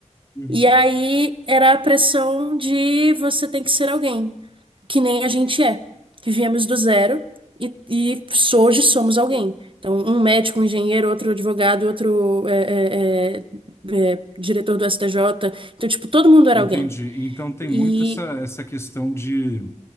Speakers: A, on the left; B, on the right.
A: uhum.
B: E aí era a pressão de você tem que ser alguém, que nem a gente é, que viemos do zero e, e hoje somos alguém. Então, um médico, um engenheiro, outro advogado, outro é, é, é, é, diretor do STJ. Então, tipo, todo mundo era
A: Entendi.
B: alguém.
A: Então tem
B: E
A: muito essa, essa questão de